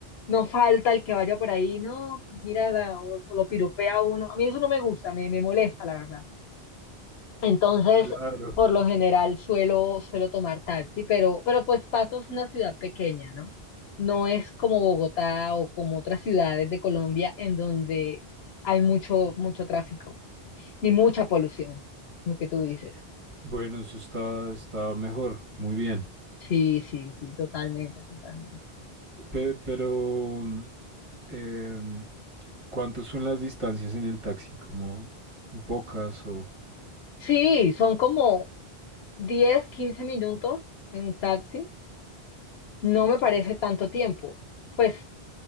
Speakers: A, on the left; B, on the right.
A: no falta el que vaya por ahí, no, mira, la- o, o lo piropea a uno. A mí eso no me gusta, me, me molesta, la verdad. Entonces,
B: Claro.
A: por lo general suelo, suelo tomar taxi, pero, pero pues Pasto es una ciudad pequeña, ¿no? No es como Bogotá o como otras ciudades de Colombia en donde hay mucho, mucho tráfico ni mucha polución, lo que tú dices.
B: Bueno, eso está, está mejor, muy bien.
A: Sí, sí, sí, totalmente, totalmente.
B: Pe- pero, mm, em, ¿cuántas son las distancias en el taxi? ¿Como pocas o...?
A: Sí, son como 10 15 minutos en un taxi. No me parece tanto tiempo. Pues